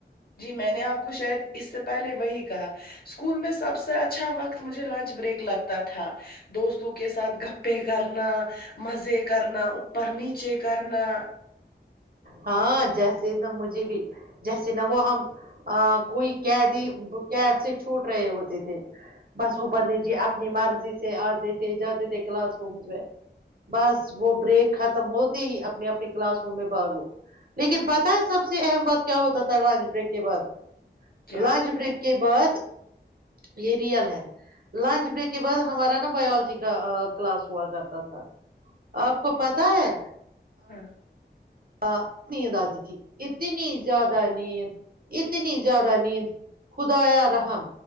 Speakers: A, on the left (about 55°); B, on the right (about 55°).
A: جی میں نے آپ کو شاید اس سے پہلے وہی کہا اسکول میں سب سے اچھا وقت مجھے لنچ بریک لگتا تھا دوستوں کے ساتھ گپ پے کرنا مزے کرنا اوپر نیچے چ کرنا
B: ہاں جیسے نہ مجھے بھی جیسے ن وہ ہم کوئی قیدی قید سے چھوٹ رہے ہوتے تھے بس اوپر نیچے اپنی مرضی سے آتے تھے جاتے تھے کلاس روم میں بس وہ بریک ختم ہوتے ہی اپنے اپنے کلاس روم میں باگو لیکن پتا ہے سب سے اہم بات کیا ہوتا تھا گانج بریک کے بعد
A: کیا
B: لنچ بریک کے بعد یہ ریئل ہے لنچ بریک کے بعد ہمارا نا باولوجی کا کلاس ہوا کرتا تھا آپ کو پتا ہے
A: ہاں
B: ہ نیند آتی تھی اتنی زیادہ نیند اتنی زیادہ نیند خدایا رحم